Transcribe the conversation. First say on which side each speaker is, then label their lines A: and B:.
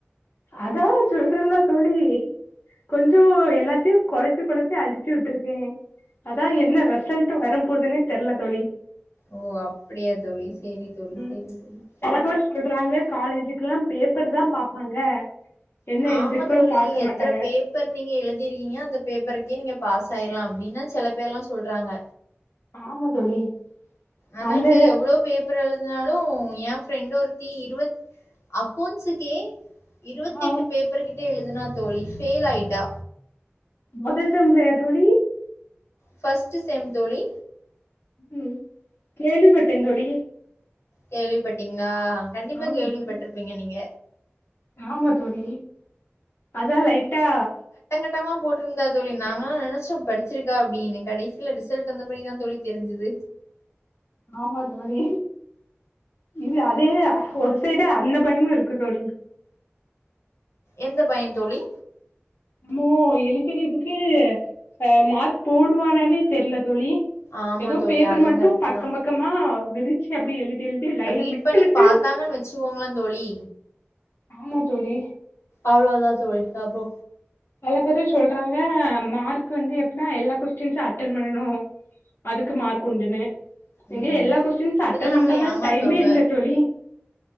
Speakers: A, on the left; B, on the left.
A: அதா சொல்றன்ல்ல தோழி கொஞ்சோ எல்லாத்தையு கொழப்பி கொழப்பி அடிச்சு விட்டுருக்கேன் அதா என்ன ரிசல்ட் வரபோதுனே தெரில தோழி
B: ஓ அப்படியா தோழி சேரி தோழி
A: ம்
B: சேரி தோழி
A: சில பேர் சொல்றாங்க காலேஜக்கெல்லா பேப்பர்தா பாப்பாங்க என்ன எழுதிருக்கோன்னு
B: ஆமா தோழி
A: பாக்க மாட்டாங்க
B: எத்தர பே ப்பர் நீங்க எழுதிருக்கீங்க அந்த பேப்பருக்கே நீங்க பாஸ் ஆயிரலா அப்டின்னா சில பேர் எல்லா சொல்றாங்க
A: ஆமா தோழி
B: ஆனா
A: அந்த
B: இங்க எவ்ளோ பே ப்பர் எழுதினாலு என் ஃப்ரெண்ட் ஒருத்தி இருவ அக்கௌன்ஸுக்கே இருவத்தெட்டு
A: ஆ
B: பேப்பர் கிட்ட எழுதனா தோழி ஃபெயில் ஆயிட்டா
A: அதே செம்லயா தோழி
B: ஃபர்ஸ்டு செம் தோழி
A: ம் கேள்விப்பட்டன் தோழி
B: கேள்விப்பட்டீங்ளா கண்டிப்பா
A: ஆமா
B: கேள்விப்பட்டிருப்பீங்க
A: தோழி
B: நீங்க
A: ஆமா தோலி அதா லைட்டா
B: பட்டமா போட்ருந்தா தோழி நாங்கல்லா நெனச்சோ படிச்சிருக்கா அப்டின்னு கடைசில ரிசல்ட் வந்தபிறகுதான் தோழி தெரிஞ்சுது
A: ஆமா தோழி இல்ல அது ஒரு சைடு அந்த பயமு இருக்கு தோழி
B: எந்த பயோந் தோழி
A: அமோ எழுதினிக்கு அ மார்க் போடுவானாலே தெரில தோழி
B: ஆமா
A: எதோ
B: தோழி
A: பேப்பர்
B: அதுவும்
A: மட்டு
B: கரெக்ட்
A: பக்கம்
B: தான்
A: பக்கமா விரிச்சு அப்டி எழுதி எழுதி லைன
B: ரீட்
A: விட்டு
B: பண்ணி
A: விட்டு
B: பாத்தாங்கன்னு வெச்சுகோங்கல தோழி
A: ஆமா தோழி
B: அவ்ளோதா தோழி சபோ
A: பல பேரு சொல்றாங்க மார்க் வந்து எப்புனா எல்லா கொஸ்டின்ஸ்சு அட்டன் பண்ணு அது க்கு மார்க் உண்டுனு
B: ம்
A: எங்க எல்லா கொஸ்டின்ஸ்
B: இப்படிதான்
A: அட்ட
B: நம்மளை
A: பண்ற மாரி
B: ஏமாத்துவாங்க
A: டைமே இல்ல தோழி